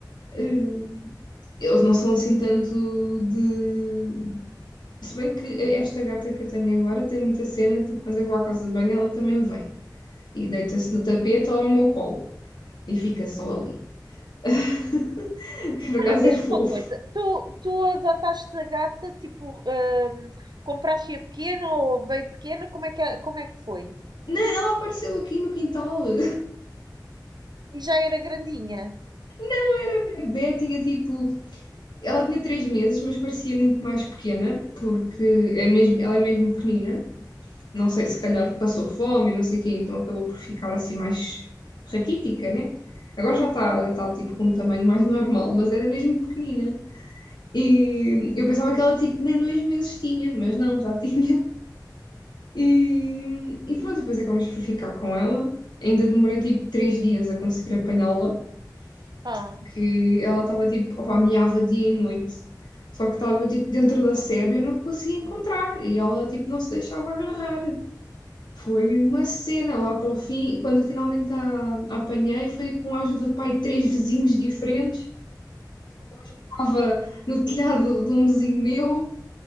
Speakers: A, on the left (about 80°); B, on the right (about 70°).
A: eh, Eles não são assim tanto de. Se bem que esta gata que eu tenho agora tem muita cena de quando eu vou à casa de banho, ela também vem e deita-se no tapete ou ao meu colo e fica só ali. <laughs> Por acaso
B: Olha, diz-me
A: é fofo.
B: uma coisa, tu, tu adotaste a gata, tipo, hum, compraste-a pequena ou veio pequena, como é que, como é que foi?
A: Não, ela apareceu aqui no quintal. <laughs>
B: E já era grandinha?
A: Não era bebê, tinha tipo. Ela tinha três meses, mas parecia muito mais pequena, porque é mesmo, ela é mesmo pequenina. não sei, se calhar passou fome, não sei o quê, então acabou por ficar assim mais raquítica, né? Agora já está, já está tipo com um tamanho mais normal, mas era mesmo pequenina. E eu pensava que ela tipo nem dois meses tinha, mas não, já <laughs> tinha. E, e pronto, depois acabamos por ficar com ela. Ainda demorei tipo três dias a conseguir apanhá-la,
B: Ah,
A: porque ela estava tipo, opa, miava dia e noite. Só que estava tipo dentro da sebe e eu não conseguia encontrar. E ela tipo não se deixava agarrar. Foi uma cena lá para o fim, quando eu finalmente a, a apanhei, foi com a ajuda de pai de três vizinhos diferentes. Estava no telhado de um vizinho meu.